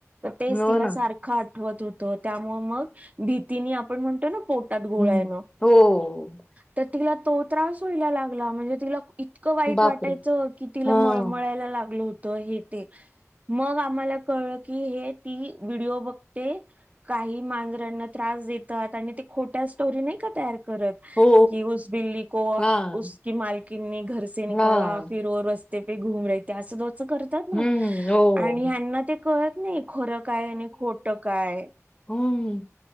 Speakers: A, on the right; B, on the left.
A: तेच
B: हो
A: तिला
B: ना.
A: सारख त होत त्यामुळे मग भीतीने आपण म्हणतो ना पोटात गोळा
B: हं.
A: येण
B: हो.
A: तर तिला तो त्रास व्हायला लागला म्हणजे तिला इतकं वाईट
B: बापरे!
A: वाटायचं की तिला
B: हां.
A: मळ मळ मळा लागलं होत हे ते मग आम्हाला कळ की हे ती व्हिडओ बघते काही मांजरांना त्रास देतात आणि ते खोट्य स्टोरी नाही का तयार करत
B: हो.
A: जी उस बिल्ली को
B: हां.
A: उस की मालकीने घरसे निकाला
B: हां.
A: फिर वो रस <unintelligible> करतात ना
B: हं. हो.
A: आणि याना ते कळत नाही खरं काय आणि खोट काय.
B: हम.